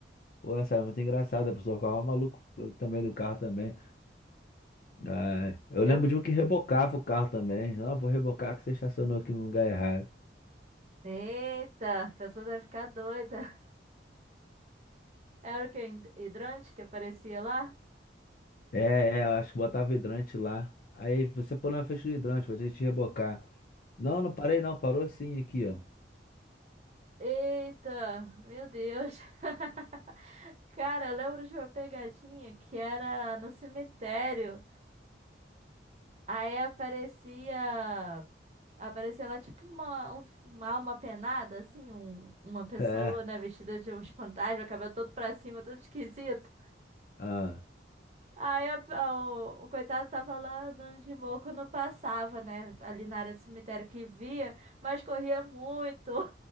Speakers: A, on the left; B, on the right.
A: Pô, essa era muito engraçada. A pessoa ficava maluca também do carro também. Ai, eu
B: Eu,
A: lembro de um que rebocava o carro também. Ah, vou rebocar que você estacionou aqui no lugar errado.
B: Eita, a pessoa deve ficar doida. <laughs> Era o que? Hidrante que aparecia lá?
A: É, é, eu acho que botava hidrante lá. Aí você pulou na frente do hidrante pra gente rebocar. Não, não parei não. Parou sim aqui, ó.
B: Eita, meu Deus. <laughs> Cara, eu lembro de uma pegadinha que era no cemitério. Aí aparecia. Aparecia lá tipo uma, um- uma alma penada, assim, um- uma pessoa,
A: É.
B: né, vestida de uns fantasmas, cabelo todo pra cima, todo esquisito.
A: Ah,
B: Aí a- a- o, o coitado tava lá no de quando passava, né? Ali na área do cemitério que via, mas corria muito.